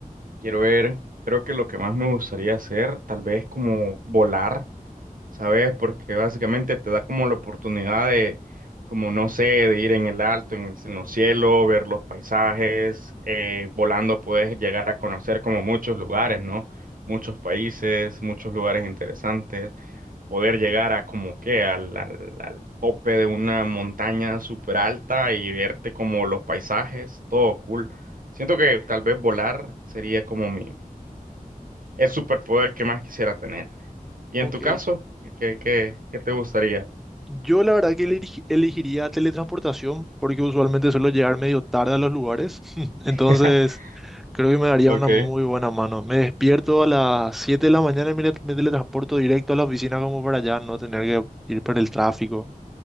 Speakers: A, on the right; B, in the centre.
A: quiero ver, creo que lo que más me gustaría hacer, tal vez como volar, ¿sabes? Porque básicamente te da como la oportunidad de, como no sé, de ir en el alto, en el, en los cielos, ver los paisajes. eh, volando puedes llegar a conocer como muchos lugares, ¿no? Muchos países, muchos lugares interesantes. poder llegar a como que al, al, al tope de una montaña súper alta y verte como los paisajes, todo cool. Siento que tal vez volar sería como mi, el superpoder que más quisiera tener. ¿Y en
B: Ok.
A: tu caso? ¿Qué, qué, qué qué te gustaría?
B: Yo la verdad que eligi- elegiría teletransportación porque usualmente suelo llegar medio tarde a los lugares. <laughs> Entonces,
A: <laughs>
B: creo que me daría
A: Ok,
B: una muy buena mano. Me despierto a las 7 de la mañana y me, le- me teletransporto directo a la oficina como para allá no tener que ir por el tráfico.